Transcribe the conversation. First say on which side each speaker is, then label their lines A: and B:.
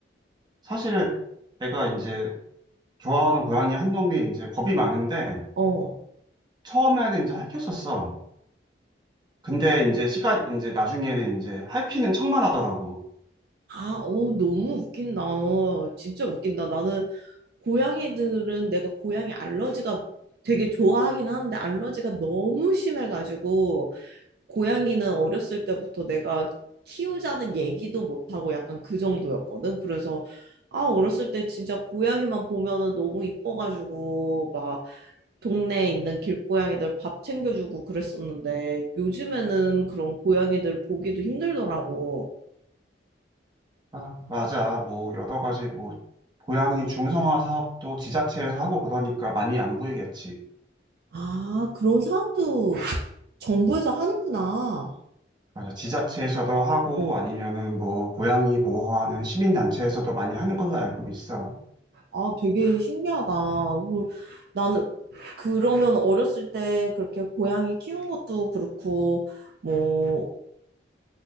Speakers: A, on the right; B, on the right.
A: 사실 내가 이제 좋아하는 고양이 한 놈이 이제 겁이 많은데,
B: 어.
A: 처음에는 이제 할퀴었었어. 근데 이제 시간, 이제 나중에는 이제 할퀴는 척만 하더라고.
B: 아, 어, 너무 웃긴다. 어, 진짜 웃긴다. 나는 고양이들은 내가 고양이 알러지가 되게 좋아하긴 하는데 알러지가 너무 심해가지고 고양이는 어렸을 때부터 내가 키우자는 얘기도 못하고 약간 그 정도였거든. 그래서 아, 어렸을 때 진짜 고양이만 보면은 너무 이뻐가지고 막 동네에 있는 길고양이들 밥 챙겨주고 그랬었는데 요즘에는 그런 고양이들 보기도 힘들더라고.
A: 아, 맞아. 뭐 여러 가지 뭐 고양이 중성화 사업도 지자체에서 하고 그러니까 많이 안 보이겠지.
B: 아, 그런 사업도 정부에서 하는구나.
A: 맞아. 지자체에서도 하고
B: 어.
A: 아니면은 뭐 고양이 보호하는 시민단체에서도 많이 하는 걸로 알고 있어.
B: 아, 되게 신기하다. 그, 나는 그러면 어렸을 때 그렇게 고양이 키운 것도 그렇고, 뭐,